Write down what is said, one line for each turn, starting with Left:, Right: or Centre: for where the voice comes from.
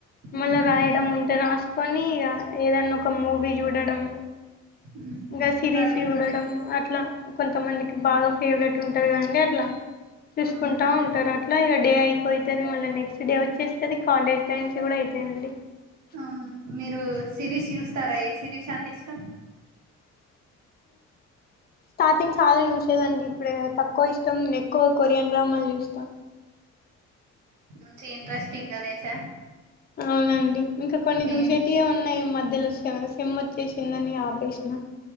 Left: మళ్ళీ
Right: ఉమ్
Left: రాయడం ఉంటే రాసుకొని ఇక ఏదన్నా ఒక మూవీ చూడడం
Right: ఉహు
Left: ఇంకా సిరీస్
Right: ప్రవే
Left: చూడడం అట్లా కొంతమందికి బాగా ఫేవరెట్ ఉంటంది కదండీ అట్లా చూసుకుంటా
Right: అవునండి
Left: ఉంటారు అట్లా ఇక డే అయిపోతేది మళ్ళ నెక్స్ట్ డే వచ్చేస్తంది కాలేజ్ టైమ్స్ కూడా అయితాయండి
Right: అవును మీరు సిరీస్ చూస్తారా ఏ సిరీస్ అంటే ఇష్టం
Left: స్టార్టింగ్ చాలా యూస్ అదండి ఇప్పుడే తక్కువ ఇష్టం ఎక్కువ కొరియన్ డ్రామాలు చూస్తా
Right: మంచి ఇంట్రెస్టింగ్ అనేసా
Left: అవునండి ఇంకా కొన్ని దూసేటియ
Right: ఏం
Left: ఉన్నాయి మధ్యలో సిమ్ వచ్చేసిందని ఆపేసిన